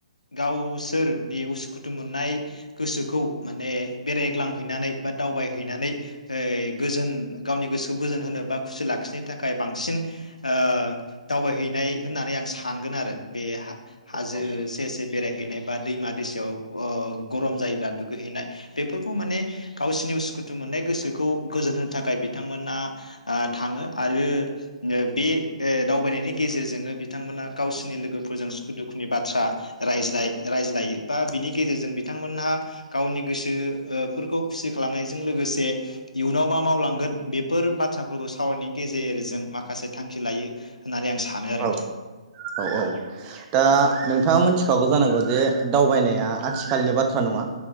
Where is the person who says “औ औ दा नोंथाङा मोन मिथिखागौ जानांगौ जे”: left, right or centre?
Right